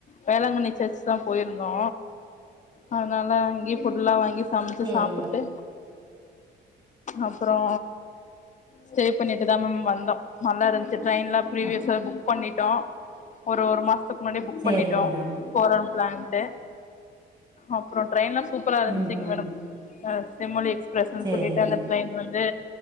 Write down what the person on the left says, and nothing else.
வேளாங்கண்ணி சர்ச் தா போயிருந்தோ அதனால அங்யே ஃபுட்லா வாங்கி சமச்சு
சாப்புட்டு அப்பறோ ஸ்டே பண்ணிட்டு தா மேம் வந்தோ நல்லா இருந் ட்ரெயின்லா ப்ரீவியஸா
புக் பண்ணிட்டோ ஒரு ஒரு மாசத்துக்கு முன்னாடியே புக்
பண்ணிட்டோ
போறோ பிளான்ட்டு அப்றோ ட்ரெயின்லா சூப்பரா இருந்துச்சுங்க
மேடம் அ செம்மொழி எக்ஸ்பிரஸ்ன்னு
சொல்லிட்டு அந்த ட்ரெய்ன் வந்து